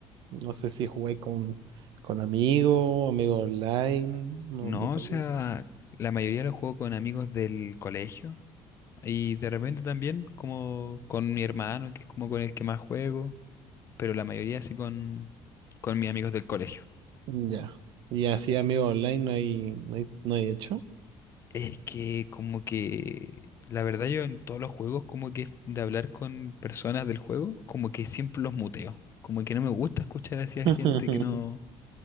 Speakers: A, on the right; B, on the left.
A: no sé si jugáis con, con amigos, amigos online, no,
B: No,
A: no sé.
B: o sea, la mayoría lo juego con amigos del colegio y de repente también como con mi hermano, que es como con el que más juego. pero la mayoría sí con, con mis amigos del colegio.
A: Ya. Y así, amigo online, no hay, no hay, no hay hecho.
B: Es que como que, la verdad yo en todos los juegos como que es de hablar con personas del juego, como que siempre los muteo. Como que no me gusta escuchar así a
A: <laughs>
B: gente que no,